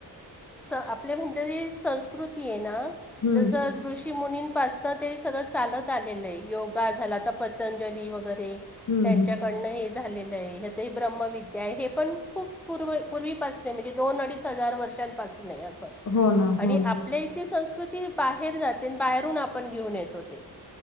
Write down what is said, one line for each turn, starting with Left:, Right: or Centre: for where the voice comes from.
Centre: स आपल्या म्हणजे संस्कृती आहे ना
Left: हम्म
Centre: जसं ऋषीमुनींपासनं ते सगळं चालत आलेलं आहे योगा झाला तर पतंजली वगैरे
Left: हम्म
Centre: त्यांच्याकडनं
Left: हम्म
Centre: हे झालेलं आहे ते ब्रह्मविद्या आहे हे पण खूप पूर पूर्वीपासून म्हणजे दोन अडीच हजार वर्षांपासून आहे असं
Left: हो ना
Centre: आणि
Left: हो ना
Centre: आपल्या इथली संस्कृती बाहेर जाते आणि बाहेरून आपण घेऊन येतो ते